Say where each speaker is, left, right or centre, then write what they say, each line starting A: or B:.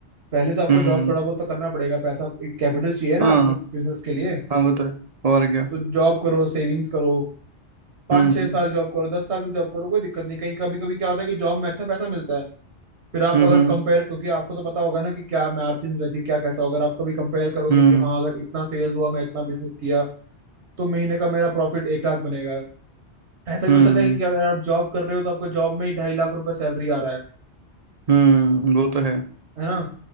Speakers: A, on the right (about 75°); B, on the right (about 40°).
A: पहले तो आपको
B: हम्म
A: जॉब थोड़ा बहुत तो करना पड़ेगा पैसा कैपिटल चाहिए ना
B: हाँ
A: आपको बिजनेस के लिए
B: हाँ वो तो है और क्या
A: तो जॉब करो सेविंग्स करो पाँच
B: हम्म
A: छह साल जॉब करो दस साल भी जॉब करो कोई दिक्कत नहीं कहीं कभी कभी क्या होता है कि जॉब में अच्छा पैसा मिलता है फिर आप
B: हम्म
A: अगर कंपेयर क्योंकि आपको तो पता होगा ना कि क्या मार्जिन रहती है क्या कैसा होगा अगर आप कभी कंपेयर करोगे
B: हम्म
A: कि हाँ अगर इतना सेल्स हुआ मैं इतना बिजनेस किया तो महीने का मेरा प्रॉफिट एक लाख बनेगा ऐसा भी
B: हम्म
A: हो सकता है कि अगर आप जॉब कर रहे हो तो आपको जॉब में ही ढाई लाख रुपए सैलरी आ रहा है
B: हम्म वो तो है
A: है ना